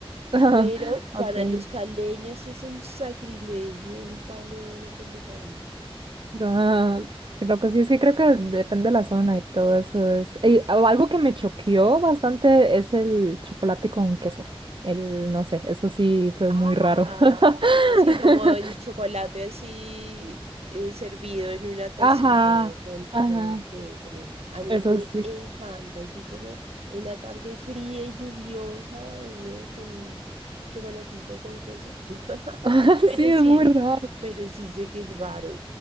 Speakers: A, on the right (about 55°); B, on the right (about 80°).
A: <laughs>
B: Pero
A: okay.
B: para los caleños es un sacrilegio un pan de bono con bocadillo.
A: Ah, qué loco, sí, es que creo que depende de la zona y todo eso es. y algo que me choqueó bastante es el chocolate con queso. El, no sé, eso sí fue
B: Ah,
A: muy raro. <laughs>
B: sí, como el chocolate así eh, servido en una tacita
A: Ajá,
B: con,
A: ajá,
B: con queso. Uy, no, a mí
A: eso
B: me
A: sí.
B: encanta, así como una tarde fría y lluviosa, uno con un chocolatito con queso. <laughs>
A: <laughs>
B: Pero
A: Sí, es
B: sí,
A: muy raro.
B: pero sí sé que es raro.